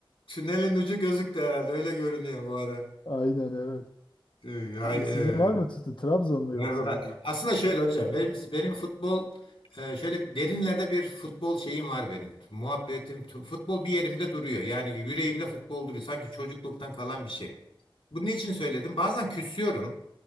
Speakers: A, on the left (about 80°); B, on the left (about 55°).
A: tünelin ucu gözüktü herhalde. Öyle görünüyor bu ara.
B: aynen evet.
A: Ee, Hay,
B: Sizin var
A: e,
B: mı tuttu? Trabzon mu
A: Berbat.
B: yoksa sizin?
A: Aslında şöyle hocam benim benim futbol e, şöyle derinlerde bir futbol şeyim var benim. Muhabbetim tu- futbol bir yerimde duruyor. Yani yüreğimde futbol duruyor. Sanki çocukluktan kalan bir şey. Bunu için söyledim? Bazen küsüyorum.